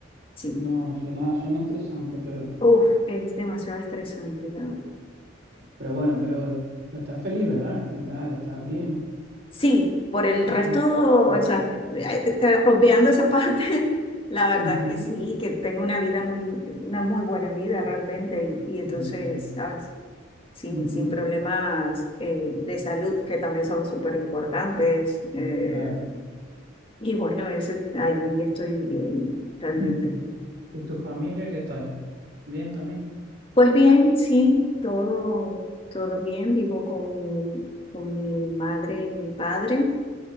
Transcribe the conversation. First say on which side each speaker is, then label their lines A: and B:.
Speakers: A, on the left; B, on the right.
A: sí.
B: No, suena, suena estresante, pero,
A: Uf, es demasiado estresante, la verdad.
B: pero bueno, pero, pero estás feliz, ¿verdad? En general, estás bien.
A: Sí, por el resto,
B: Mm,
A: o sea, eh, eh, obviando esa parte, <laughs> la verdad
B: ujú,
A: que sí, que tengo una vida muy, una muy buena vida realmente, y, y entonces,
B: ok,
A: ¿sabes? Sin,
B: ujú,
A: sin problemas eh, de salud que también son súper importantes. eh,
B: Claro.
A: y bueno, ese, ahí estoy bien, realmente.
B: <clears throat> ¿Y tu familia qué tal? ¿Bien también?
A: Pues bien, sí, todo, todo bien, vivo con, con mi madre y mi padre.